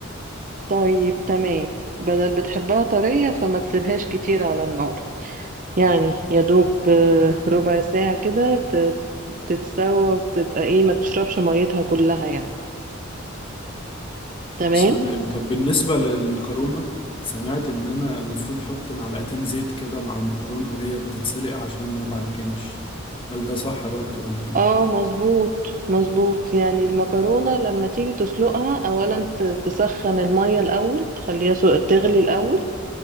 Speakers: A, on the right; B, on the left.
A: طيب تمام بدل بتحبها طرية فما تسيبهاش كتير على النار يعني يا دوب آه، ربع ساعة كده ت- تتسوى وتبقى ايه ما تشربش ميتها كلها يعني تمام
B: بس تمام طب بالنسبة للمكرونة سمعت إن أنا المفروض أحط معلقتين زيت كده مع المكرونة وهي بتتسلق عشان ما تعجنش هل ده صح برضو ولا إيه؟
A: اه مظبوط مظبوط يعني المكرونة لما تيجي تسلقها اولا ت- تسخن المية الاول تخليها سو- تغلي الاول